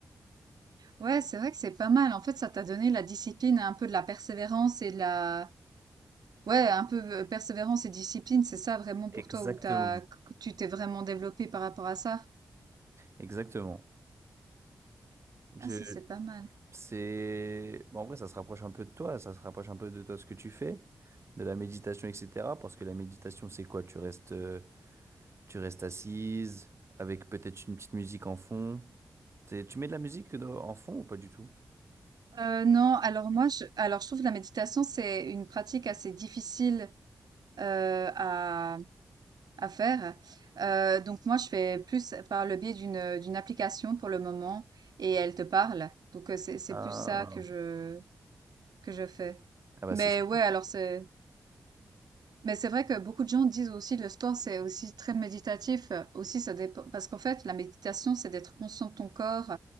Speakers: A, on the right; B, on the right.
A: Ouais, c'est vrai que c'est pas mal. En fait, ça t'a donné la discipline, et un peu de la persévérance et de la... Ouais, un peu euh, persévérance et discipline, c'est ça vraiment
B: Exactement.
A: pour toi où t'as, tu t'es vraiment développé par rapport à ça?
B: Exactement. Je,
A: Ah, ça, c'est pas mal.
B: c'est, bon, en vrai, ça se rapproche un peu de toi, ça se rapproche un peu de toi ce que tu fais, de la méditation, etc. Parce que la méditation, c'est quoi? Tu restes, euh, tu restes assise avec peut-être une petite musique en fond. C'est- Tu mets de la musique dans- en fond ou pas du tout?
A: Euh, non, alors moi, je, alors je trouve que la méditation, c'est une pratique assez difficile euh, à, à faire. Euh, donc moi, je fais plus par le biais d'une d'une application pour le moment et elle te parle. Donc euh, c'est c'est
B: Ah,
A: plus ça que je que je fais.
B: ah bah
A: Mais
B: c'est ça.
A: ouais, alors c'est Mais c'est vrai que beaucoup de gens disent aussi le sport, c'est aussi très méditatif. euh, Aussi, ça dépend. Parce qu'en fait, la méditation, c'est d'être conscient de ton corps,